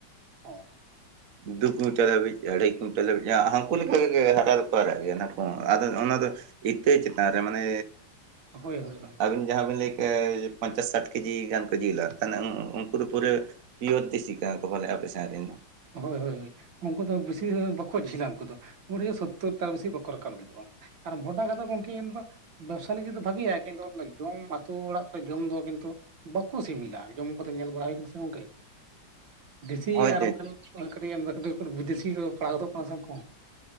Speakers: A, on the right; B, on the right.
A: ᱦᱚᱸ
B: ᱫᱩ ᱠᱩᱭᱱᱴᱟᱞ ᱦᱟᱵᱤᱡ ᱟᱹᱲᱟᱹᱭ ᱠᱩᱭᱱᱴᱟᱞ ᱦᱟᱵᱤᱡ ᱦᱟᱹᱠᱩ ᱞᱮᱠᱟ ᱜᱮ ᱦᱟᱨᱟ ᱫᱚ ᱠᱚ ᱦᱟᱨᱟᱜ ᱜᱮᱭᱟ ᱠᱚ, ᱟᱫᱚ ᱚᱱᱟ ᱫᱚ ᱤᱛᱟᱹ ᱪᱮᱛᱟᱱ ᱨᱮ ᱢᱟᱱᱮ
A: ᱦᱳᱭ ᱦᱳᱭ ᱦᱳᱭ
B: ᱟᱹᱵᱤᱱ ᱡᱟᱦᱟ ᱵᱤᱱ ᱞᱟᱹᱭ ᱠᱮ ᱯᱚᱧᱪᱟᱥ ᱥᱟᱴ ᱠᱮᱡᱤ ᱜᱟᱱ ᱠᱚ ᱡᱤᱞᱟ ᱮᱠᱷᱟᱱ ᱩᱱᱠᱩ ᱫᱚ ᱯᱩᱨᱟᱹ ᱯᱤᱭᱳᱨ ᱫᱤᱥᱤ ᱠᱟᱱᱟ ᱠᱚ ᱯᱟᱞᱮᱱ ᱟᱯᱮ ᱥᱮᱫ ᱨᱮᱱ ᱫᱚ᱾
A: ᱦᱳᱭ ᱦᱳᱭ ᱦᱳᱭ ᱩᱱᱠᱩ ᱫᱚ ᱵᱤᱥᱤ ᱵᱟᱠᱚ ᱡᱷᱤᱞᱟ ᱩᱱᱠᱩ ᱫᱚ ᱩᱲᱤᱭᱟ ᱥᱛᱛᱳᱚᱨ ᱛᱟᱨ ᱵᱤᱥᱤ ᱵᱟᱠᱚ ᱨᱟᱠᱟᱵ ᱜᱚᱜ-ᱟ᱾ ᱟᱨ ᱵᱷᱰᱟ ᱠᱟᱫᱚ ᱜᱚᱢᱠᱮ ᱮᱱᱫᱚ ᱵᱮᱵᱥᱟ ᱞᱟᱹᱜᱤᱫ ᱫᱚ ᱵᱷᱟᱜᱮᱭᱟ ᱠᱤᱱᱛᱩ ᱡᱚᱢ ᱟᱹᱛᱩᱳ ᱚᱲᱟᱜ ᱠᱚᱨᱮ ᱡᱚᱢ ᱫᱚ ᱠᱤᱱᱛᱩ ᱵᱟᱠᱚ ᱥᱤᱵᱤᱞᱟ ᱡᱚᱢ ᱠᱟᱛᱮ ᱧᱮᱞ ᱵᱟᱲᱟ ᱦᱩᱭ ᱠᱟᱱᱟ ᱥᱮ ᱜᱚᱝᱠᱮ, ᱫᱮᱥᱤ
B: ᱦᱳᱭ
A: ᱟᱨ ᱚᱱᱠᱟᱱ ᱠᱟᱹᱴᱤᱡ ᱮᱢ ᱮᱫᱟ ᱠᱟᱹᱴᱤᱡ ᱵᱤᱫᱮᱥᱤ ᱠᱚ ᱯᱟᱲᱟᱣ ᱜᱚᱫᱚᱜ ᱠᱟᱱᱟ ᱥᱮ ᱩᱱᱠᱩ ᱦᱚ᱾